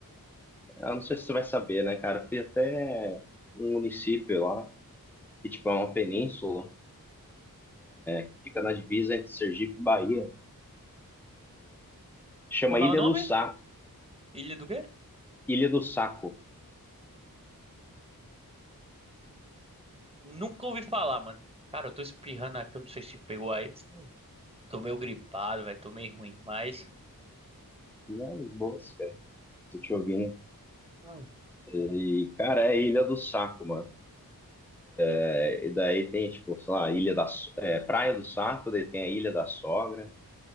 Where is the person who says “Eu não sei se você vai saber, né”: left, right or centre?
Centre